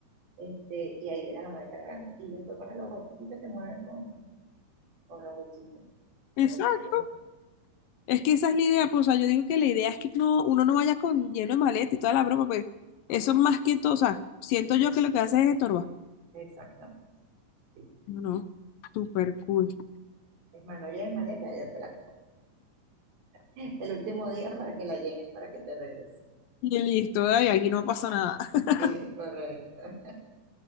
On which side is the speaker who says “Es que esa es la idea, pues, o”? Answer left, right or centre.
Left